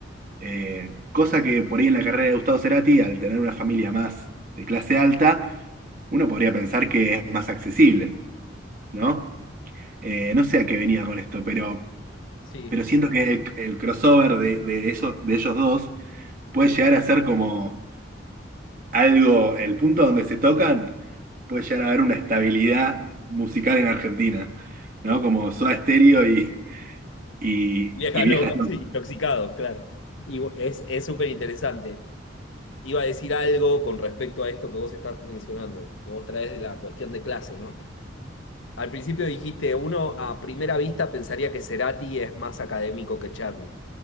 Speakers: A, on the right; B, on the left.
A: Eh, cosa que por ahí en la carrera de Gustavo Cerati, al tener una familia más de clase alta, uno podría pensar que es más accesible, ¿no? Eh, no sé a qué venía con esto, pero,
B: Sí,
A: pero siento que el, el crossover de, de, eso- de ellos dos puede llegar a ser como algo, el punto donde se tocan puede llegar a haber una estabilidad musical en Argentina, ¿no?
B: eh,
A: Como Soda Stereo y, y,
B: viejas
A: y Viejas
B: locas,
A: no
B: sí, intoxicados, claro. Y bu- es, es súper interesante. Iba a decir algo con respecto a esto que vos estás mencionando, que vos traes de la cuestión de clase, ¿no? Al principio dijiste, uno a primera vista pensaría que Cerati es más académico que Charlie,